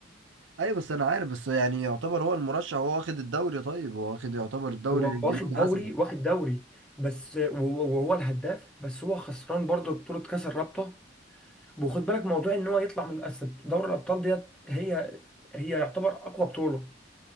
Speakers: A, on the right; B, in the centre.
A: ايوه بس انا عارف بس يعني يعتبر هو المرشح هو واخد الدوري طيب هو واخد يعتبر الدوري
B: هو
A: الانجليزي
B: واخد دوري
A: حسب
B: واخد دوري بس وهو وهو الهداف بس هو خسران برضه بطوله كاس الرابطه وخد بالك موضوع ان هو يطلع من أصل دوري الابطال ديت هي هي يعتبر اقوى بطوله